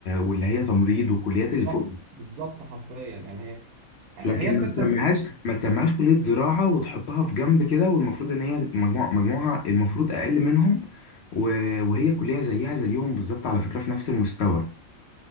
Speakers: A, on the left; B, on the right.
A: واللي هي تمريض والكليات
B: بالظبط
A: اللي فوق دي
B: بالظبط حرفيا يعني هي
A: لكن
B: وهي الفكرة
A: ما تسميهاش ما تسميهاش كلية زراعة وتحطها في جنب كده والمفروض ان هي مجموع... مجموعها المفروض اقل منهم و... وهي كلية زيها زيهم بالظبط على فكرة في نفس المستوى